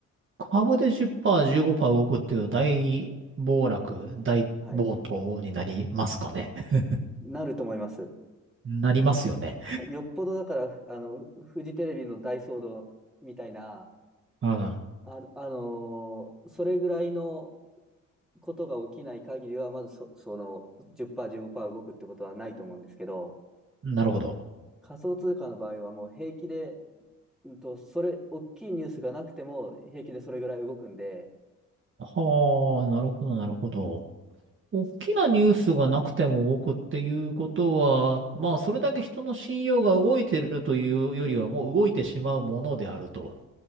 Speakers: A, on the right; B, in the centre.
A: 株で10%、15%動くっていう大暴落、大暴騰になりますかね。
B: はい。
A: <laughs>
B: なると思います。
A: なりますよね。
B: はいよっぽどだから、ふあの、フジテレビの大騒動みたいな、
A: <laughs>
B: あの、あのーそれぐらいのことが起きない限りは、まずそ、その10%、15%動くってことはないと思うんですけど、
A: うん。なるほど。
B: 仮想通貨の場合はもう平気で、うんと、それ、大きいニュースがなくても平気でそれぐらい動くんで、
A: はあ、なるほど、なるほど。大きなニュースがなくても動くっていうことは、
B: そあ
A: まあ、
B: はい。
A: それだけ人の信用が動いてるというよりは、もう動いてしまうものであると。